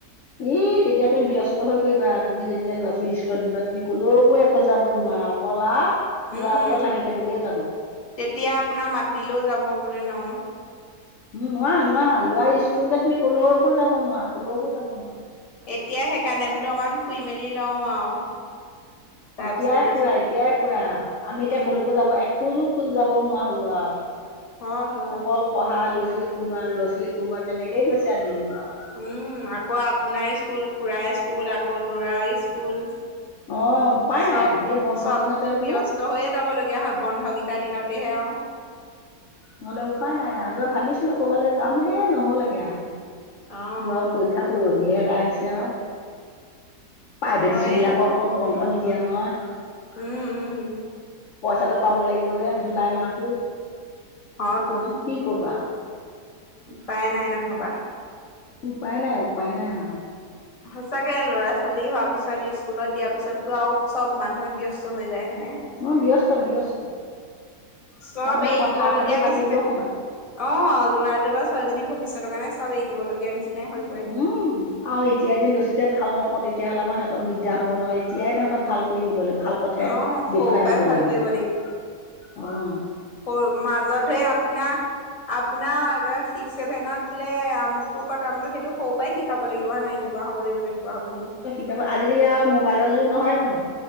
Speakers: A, on the left (about 55°); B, on the left (about 25°).
A: ই তেতিয়া তুমি ব্যস্ত হৈ পৰিবা তুমি যেতিয়া ল'ৰা ছোৱালী দিবা তুমি কলৈকো একোজাব নোৱাৰা অ' কা ল'ৰা
B: উম
A: লগত লাগি থাকোতে যাব।
B: তেতিয়া আপোনাৰ মাতিলেও যাব বুলে নোৱাৰো।
A: উম, নোৱাৰা নোৱাৰা ল'ৰা স্কুল দিলে তুমি কলৈকো যাব নোৱাৰা কলৈকো যাব নোৱাৰা।
B: এতিয়া সেইকাৰণে বোলো অকণমান ফুৰি মেলি লও আৰু। তাৰপিছত
A: এতিয়াই ফুৰা এতিয়াই ফুৰা আমি এতিয়া
B: উম
A: কলৈকো যাব এক খোজো খোজ যাবও নোৱাৰা হ'লো আৰু
B: হয় হয়।
A: অকল পঢ়া ল'ৰা ছোৱালী পঢ়োৱা ল'ৰা ছোৱালী পঢ়োৱা তেনেকেই গৈছে আৰু দিনটো।
B: উম, আকৌ আপোনাৰ স্কুল খুড়াৰ স্কুল আকৌ ল'ৰা স্কুল।
A: অ', উপায়
B: চব
A: নাই আৰু এই বন্ধ
B: চবতো
A: কিদিনতে বোলো
B: ব্যস্ত হৈয়ে যাব লগীয়া হয় বন্ধ কেইটাৰ দিনতেহে আৰু।
A: নহ'লে উপায় নাই আৰু এইবাৰ ভাগিছিলো ক'বালৈ যাম ৰে নহ'লগে আৰু।
B: অ',
A: মোৰ আৰু পৰীক্ষা পৰহিহে এটা আহিছে আৰু। প্ৰাইভেটছ
B: হয়ে
A: স্কুলবিলাক আকৌ বন্ধ নিদিয়ে নহয়।
B: উম, উম,
A: পইচাটো পাব লাগিব যে জুলাই মাহটোত।
B: অ', তোন।
A: কি ক'বা?
B: উপায় নাই নহ'বা।
A: উপায় নাই উপায় নাই আৰু।
B: সচাকে ল'ৰা ছোৱালী হোৱাৰ পিছত স্কুলত দিয়া পিছতো আৰু চব মানুহে ব্যস্ত হৈ যায় হয়নে।
A: অ', ব্যস্ত ব্যস্ত।
B: চব
A: তাৰমানে
B: এৰি
A: কথা
B: দিব
A: এফাকি
B: লগীয়া
A: পাতিবলৈ
B: নিচিনা
A: সময় নাই
B: অ', ল'ৰাটো বা ছোৱালজনী ভৱিষ্যতৰ কাৰণে চব এৰি দিব লগীয়া নিচিনাই হয়।
A: উম। আৰু এতিয়া যদি ল'ৰা ছোৱালীকিতা ভাল নকৰো তেতিয়াহ'লে আমাৰ সিহঁতৰ দিগদাৰ হ'ব নহয়। এতিয়াই তাহঁতক ভাল কৰি নিবলৈ ভাল পথে
B: অ', সৰুৰ
A: দেখুৱাই
B: পৰাই
A: নিব
B: ভাল
A: লাগিব
B: কৰিব
A: অ'।
B: সৰ মাজত সেইয়া আপোনাৰ আপ আপোনাৰ ছিক্স ছেভেনত বোলে আমুকটো কৰ তামোক সেইটো সৰু পৰাই শিকাব লাগিব হয় নে নহয় এনেকুৱা হ'ব লাগিব তেনেকুৱা হ'ব লাগিব।
A: এইবোৰ আজিকালি আও মোবাইলৰ যুগ নহয় জানো।